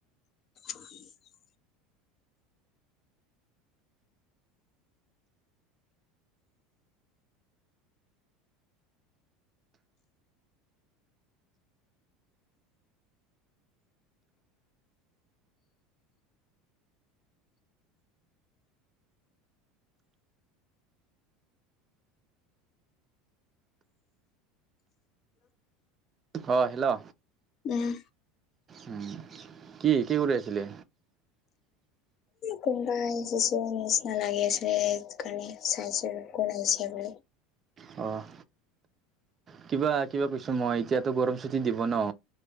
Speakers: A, on the left; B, on the right.
A: <inaudible>
B: অ হেল্ল'।
A: উম।
B: উম, কি কি কৰি আছিলি?
A: কোনোবাই আহিছে চোৱা নিচিনা লাগি আছিলে সেইটো কাৰণে চাইছো কোন আহিছে বুলি।
B: অ'। কিবা কিবা কৈছো মই এতিয়াতো গৰম চুটি দিব ন?